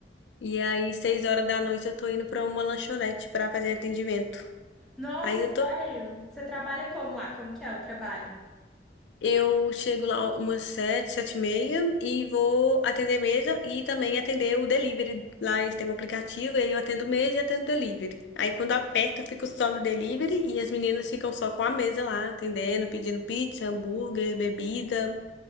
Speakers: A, on the left; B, in the centre.
A: e aí seis horas da noite eu tô indo pra uma lanchonete pra fazer atendimento.
B: Nossa,
A: Aí eu
B: sério?
A: tô
B: Você trabalha como lá? Como que é o trabalho?
A: Eu chego lá umas sete, sete e meia e vou atender mesa e também atender o delivery. Lá eles têm um aplicativo, aí eu atendo mesa e atendo delivery. Aí quando aperto, eu fico só no delivery e as meninas ficam só com a mesa lá, atendendo, pedindo pizza, hambúrguer, bebida.